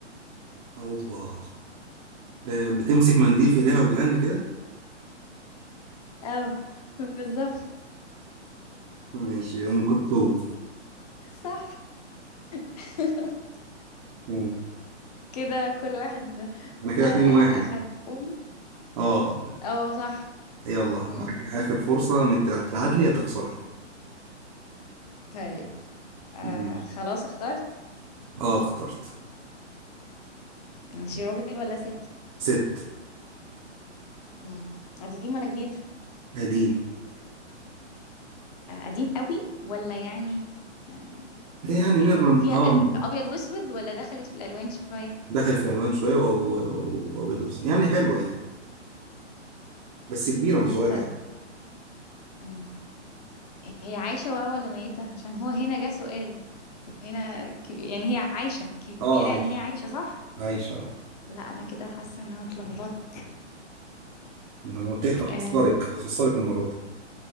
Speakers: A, on the right; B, on the left.
A: أوبا آه، بتمسك منديل في إيديها وبتغني كده
B: اه <laughs> بالظبط
A: ماشي أم كلثوم
B: صح <laughs>
A: مم.
B: كده كل واحد
A: أنا كده
B: آه
A: اتنين واحد
B: أخد بوينت
A: اه
B: اه صح
A: يلا
B: مم.
A: معاك آخر فرصة إنك تع- تتعادلي يا تخسري
B: طيب آه
A: ماشي
B: خلاص اخترت
A: آه اخترت
B: ماشي راجل ولا ست
A: ست
B: مم. قديم ولا جديد
A: قديم
B: آه قديم قوي ولا يعني آه،
A: يعني
B: يعني
A: نقدر
B: فيها
A: آه
B: أل... ابيض واسود ولا دخلت في الالوان شويه
A: داخل في الألوان شوية و- و- وأبيض وأسود يعني حلوة يعني بس كبيرة مش صغيرة
B: طيب
A: يعني
B: مم. هي عايشه بقى ولا ميته عشان هو هنا جه سؤال هنا ك... يعني هي عايشه كبيره
A: آه عايش
B: يعني هي عايشه صح
A: عايش آه
B: لا انا كده حاسه ان انا اتلخبطت
A: ما أنا قلت لك هخسرك
B: آه.
A: هخسرك المرة دي